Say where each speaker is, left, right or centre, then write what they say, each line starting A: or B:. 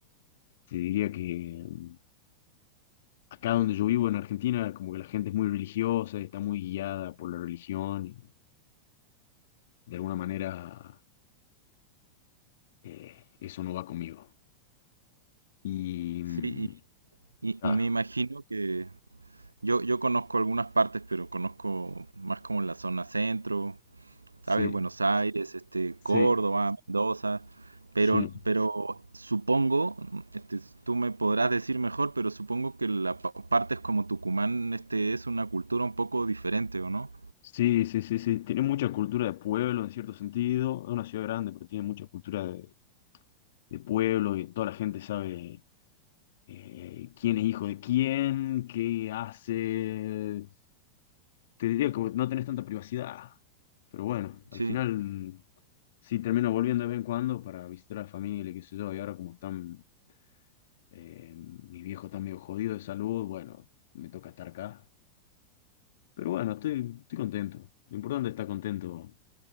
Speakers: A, on the left (about 55°); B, on the right (about 80°).
A: te diría que mm, acá donde yo vivo en Argentina, como que la gente es muy religiosa, está muy guiada por la religión y de alguna manera eh, eso no va conmigo. Y mm,
B: Sí, y, y-
A: claro,
B: y me imagino que yo, yo conozco algunas partes, pero conozco más como la zona centro,
A: sí,
B: ¿sabes? Buenos Aires, este,
A: sí,
B: Córdoba, Mendoza, pero,
A: sí,
B: pero supongo, este, tú me podrás decir mejor, pero supongo que la pa- partes como Tucumán, este, es una cultura un poco diferente, ¿o no?
A: sí, sí, sí, sí. Tiene mucha cultura de pueblo en cierto sentido. Es una ciudad grande, pero tiene mucha cultura de, de pueblo y toda la gente sabe eh, quién es hijo de quién, qué hace. Te diría como que no tenés tanta privacidad. Pero bueno, al
B: Sí,
A: final mm, sí termino volviendo de vez en cuando para visitar a la familia, qué sé yo, y ahora como están Eh, mi viejo está medio jodido de salud, bueno, me toca estar acá. Pero bueno, estoy, estoy contento. Lo importante es estar contento,